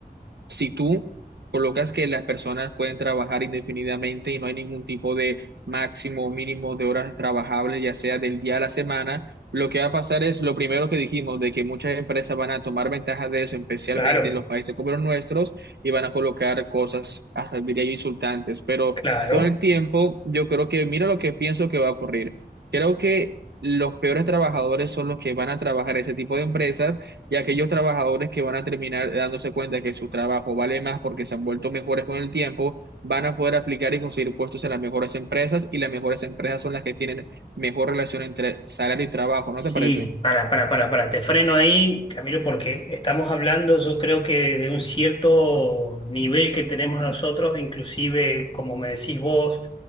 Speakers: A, on the right; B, on the left.
A: si tú colocas que las personas pueden trabajar indefinidamente y no hay ningún tipo de máximo o mínimo de horas trabajables, ya sea del día a la semana, lo que va a pasar es lo primero que dijimos, de que muchas empresas van a tomar ventaja de eso, especialmente
B: claro,
A: en los países como los nuestros, y van a colocar cosas, hasta diría yo, insultantes. Pero
B: claro.
A: con el tiempo, yo creo que, mira lo que pienso que va a ocurrir. Creo que los peores trabajadores son los que van a trabajar ese tipo de empresas y aquellos trabajadores que van a terminar dándose cuenta que su trabajo vale más porque se han vuelto mejores con el tiempo, van a poder aplicar y conseguir puestos en las mejores empresas y las mejores empresas son las que tienen mejor relación entre salario y trabajo, ¿no
B: Sí,
A: te parece?
B: para, para, para, para, te freno ahí, Camilo, porque estamos hablando, yo creo que de un cierto nivel que tenemos nosotros, inclusive, como me decís vos,